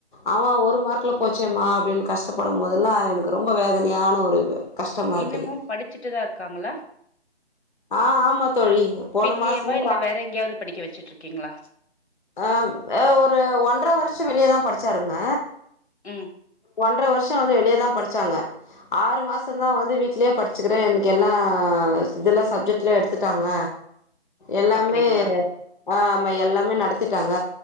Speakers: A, on the left; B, on the left.
A: ஆமா ஒரு மார்க்ல போச்சேமா அப்டின் கஷ்டப்படு போதெல்லா எனக்கு ரொம்ப வேதனையான ஒரு கஷ்டமா இருக்குது
B: இன்னமு படிச்சிட்டுதா இருக்காங்களா.
A: ஆ ஆமா தோழி போன
B: வீட்லேயேவா
A: மாசந்தா
B: இல்ல வேற எங்யாவது படிக்க வெச்சிட்ருக்கீங்ளா
A: அ ம் அ ஒரு ஒன்ற வருஷோ வெளியதா படிச்சாருங்க
B: ம்
A: ஒன்ற வருஷோ வந்து வெளியதா படிச்சாங்க ஆறு மாசந்தா வந்து வீட்லே படிச்சிக்கிறே எனுக் எல்லா இதுல்லா சப்ஜெட்ல எடுத்துட்டாங்க எல்லாமே
B: அப்டிங்களா
A: ஆமா எல்லாமே நடத்திட்டாங்க